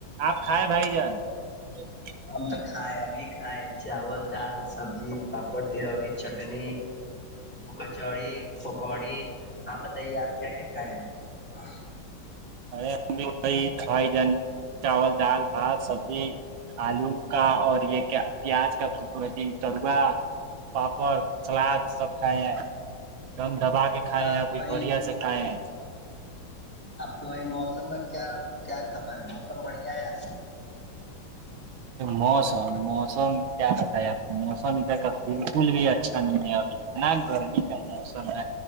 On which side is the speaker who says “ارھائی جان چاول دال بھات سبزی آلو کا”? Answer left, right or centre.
Right